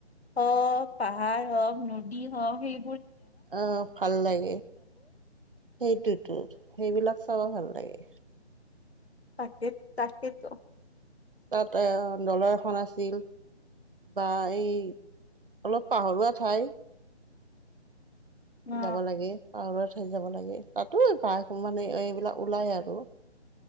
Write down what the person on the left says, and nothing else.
হওক পাহাৰ হওক নদী হওক সেই
তাকে তাকেতো
অ